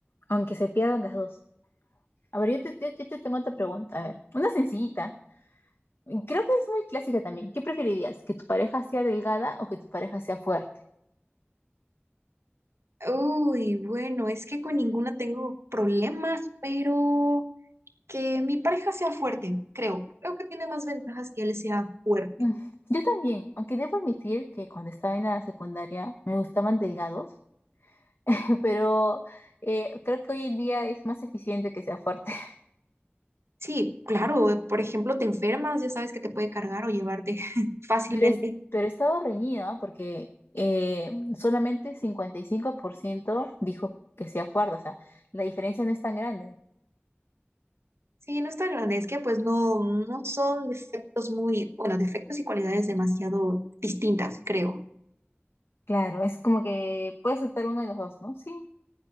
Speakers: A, on the left; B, on the right.
A: aunque se pierdan las dos. A ver, yo te, yo- yo te tengo otra pregunta, a ver, una sencillita. Creo que es muy clásica también. ¿Qué preferirías? ¿Que tu pareja sea delgada o que tu pareja sea fuerte?
B: Uy, bueno, es que con ninguna tengo problemas, pero que mi pareja sea fuerte, creo. Creo que tiene más ventajas que él sea fuerte.
A: Mm, Yo también, aunque debo admitir que cuando estaba en la secundaria me gustaban delgados, <laughs> pero eh, creo que hoy en día es más eficiente que sea fuerte. <laughs>
B: Sí, claro, por ejemplo, te enfermas, ya sabes que te puede cargar o llevarte <laughs> fácilmente.
A: Pero, es, pero he estado reñida porque eh, solamente 55% dijo que sea fuerte, o sea, la diferencia no es tan grande.
B: Sí, no es tan grande, es que pues no, no son defectos muy, bueno, defectos y cualidades demasiado distintas, creo.
A: Claro, es como que puede aceptar uno de los dos, ¿no? Sí,